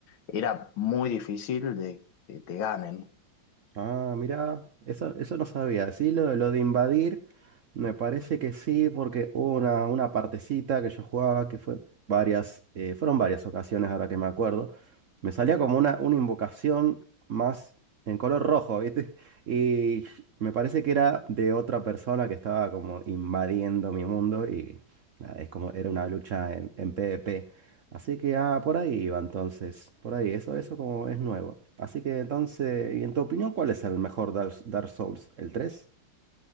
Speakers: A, on the left (about 80°); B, on the right (about 70°).
A: era muy difícil de que te ganen.
B: Ah, mira, eso, eso no sabía. Sí, lo, lo de invadir, me parece que sí, porque hubo una, una partecita que yo jugaba que fue varias, eh, fueron varias ocasiones ahora que me acuerdo. Me salía como una, una invocación más en color rojo, ¿viste? <laughs> Y me parece que era de otra persona que estaba como invadiendo mi mundo y nada, es como era una lucha en, en PvP. Así que ah, por ahí va entonces, por ahí, eso, eso como es nuevo. Así que entonces, ¿y en tu opinión cuál es el mejor Dark, Dark Souls? ¿El tres